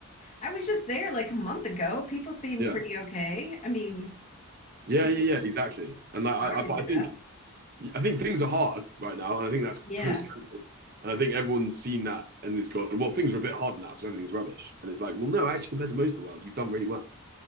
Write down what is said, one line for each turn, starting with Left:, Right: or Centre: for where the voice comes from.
Left: I was just there like a month ago. People seem
Right: yeah.
Left: pretty okay. I mean,
Right: Yeah,
Left: they
Right: yeah,
Left: were
Right: yeah, exactly. And
Left: starving
Right: like I, I but
Left: to
Right: I
Left: death.
Right: think I think things are hard right now, and I think that's
Left: Yeah.
Right: post-COVID. And I think everyone's seen that and has gone, well, things are a bit hard now, so everything's rubbish. And it's like, well, no, actually, compared to most of the world, you've done really well.